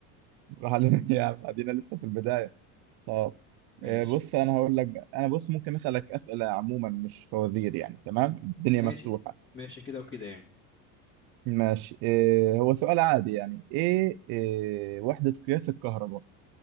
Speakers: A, on the right (about 50°); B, on the left (about 25°).
A: روح علينا <laughs> يا عم ادينا لسه في البدايه طب
B: ماشي
A: آه، بص انا هقول لك بقى. انا بص ممكن اسالك اسئله عموما مش فوازير يعني تمام الدنيا
B: ماشي
A: مفتوحه
B: ماشي كده وكده يعني
A: ماشي آه، هو سؤال عادي يعني ايه آه، وحده قياس الكهرباء